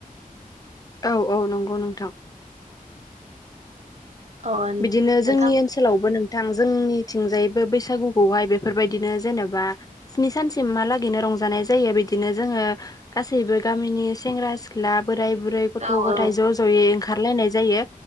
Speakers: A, on the left; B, on the right.
A: औ औ नंगौ नोंथां।
B: अ नोंथां
A: बिदिनो जोंनि ओनसोलावबो
B: उम
A: नोंथां जोंनि थिंजायबो बैसागुखौहाय बेफोरबायदिनो जेनेबा स्नि सानसिम हालागैनो रंजानाय जायो बि दिनो जोङो गासैबो गामिनि सेंग्रा सिख्ला बोराय बुरै गथ'
B: औ
A: गथाय
B: औ
A: ज' ज'यै ओंखारलायनाय जायो